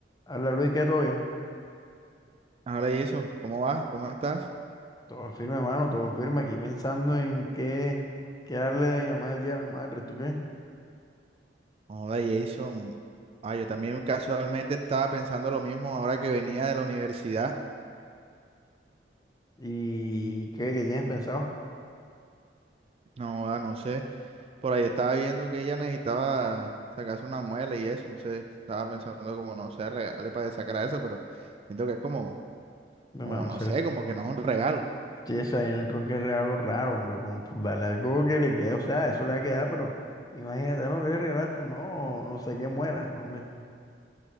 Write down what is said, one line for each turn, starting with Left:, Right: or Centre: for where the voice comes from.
Left: Habla Luis, ¿qué todo bien?
Right: Hola Jason, ¿cómo vas? ¿Cómo estás?
Left: Todo firme, hermano, todo firme. Aquí pensando en qué, qué darle a mi mamá el Día de las Madres, ¿tú qué?
Right: Hola Jason. Ah, yo también casualmente estaba pensando lo mismo ahora que venía de la universidad.
Left: ¿Y qué, qué tienes pensado?
Right: No, ah, no sé. Por ahí estaba viendo que ella necesitaba sacarse una muela y eso. Entonces estaba pensando como, no sé, regalarle para sacar a eso, pero siento que es como,
Left: Mi
Right: como
Left: hermano,
Right: no
Left: ser
Right: sé, como que no es un regalo.
Left: esa vaina entró en el tronco es regalo raro, hombre. pon- pon- Dale algo que le quede, o sea, eso le va a quedar, pero imagínate lo que le regalaste, no, no sé qué muera, no, hombre.